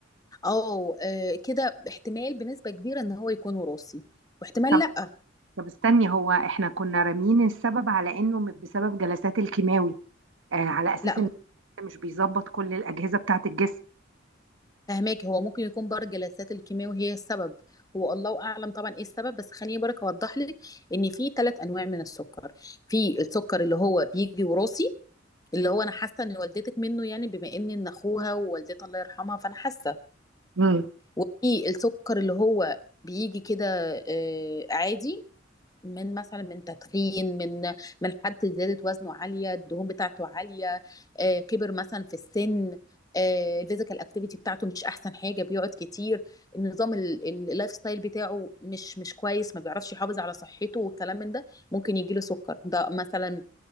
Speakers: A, on the left; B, on the right.
A: اه آه، كده احتمال بنسبة كبيرة ان هو يكون وراثي واحتمال
B: طب
A: لا
B: طب استني هو احنا كنا رامين السبب على انه م- بسبب جلسات الكيماوي آه على اساس
A: لا
B: ان
A: م-
B: مش بيظبط كل الاجهزه بتاعه الجسم
A: فهماكي هو ممكن يكون برضه جلسات الكيماوي هي السبب هو الله اعلم طبعا ايه السبب بس خليني برك اوضح لك ان في ثلاث انواع من السكر في السكر اللي هو بيجي وراثي اللي هو انا حاسه ان والدتك منه يعني بما ان ان اخوها ووالدتها الله يرحمها فانا حاسه
B: مم.
A: وفي السكر اللي هو بيجي كده آه، عادي من مثلا من تدخين من من حد زادت وزنه عاليه الدهون بتاعته عاليه آه، كبر مثلا في السن آه، الفيزيكال اكتيفيتي بتاعته مش احسن حاجه بيقعد كتير النظام ال- ال- اللايف ستايل بتاعه مش مش كويس ما بيعرفش يحافظ على صحته والكلام من ده ممكن يجيله سكر ده مثلا